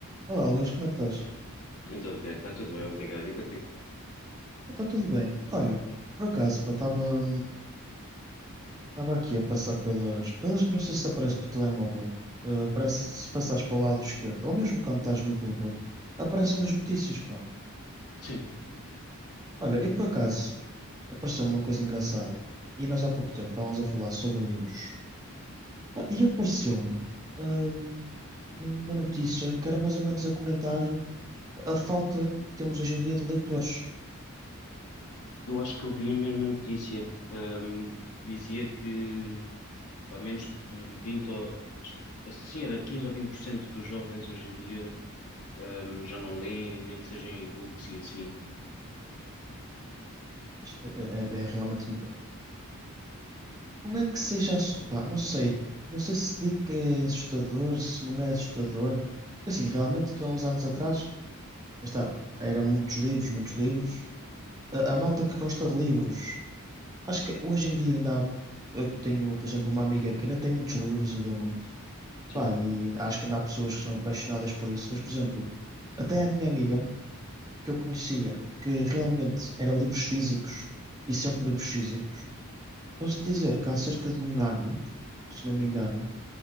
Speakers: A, on the right; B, on the left.
A: Olá, Luís, como é que estás?
B: Então, Tiago, está tudo bem, obrigado. E contigo?
A: Está tudo bem. Olha, por acaso, pá, estava estava aqui a passar pelas, pelas. Não sei se te aparece no telemóvel. eh, aparece, se passares para o lado esquerdo, ou mesmo quando estás no Google, aparecem
B: Uhum.
A: as notícias, pá.
B: Sim,
A: Olha, e por acaso, apareceu-me uma coisa engraçada. E nós há pouco tempo estávamos a falar sobre livros. Ah, e apareceu-me, hum, uma notícia que era mais ou menos a comentar a falta que temos hoje em dia de leitores.
B: eu acho que eu vi a mesma notícia. Ahm, dizia que a menos de 20, ou, acho que- eh, sim, era 15 ou 20% dos jovens hoje em dia ahm, já não leem, nem que sejam e-books e assim.
A: Isto É, é- é realmente. Não é que seja. ass- Opá, não sei. Não sei se digo que é assustador, se não é assustador. Porque assim, realmente, estou há uns anos atrás, lá está, era muitos livros, muitos livros. A, a malta que gosta de livros. Acho que hoje em dia ainda há. Eu tenho, por exemplo, uma amiga que ainda tem muitos livros e lê muito.
B: Sim.
A: Pá, e acho que ainda há pessoas que são apaixonadas por isso. Mas, por exemplo, até a minha amiga, que eu conhecia, que realmente era livros físicos e sempre livros físicos, posso dizer que há cerca de um ano, se não me
B: Uhum.
A: engano.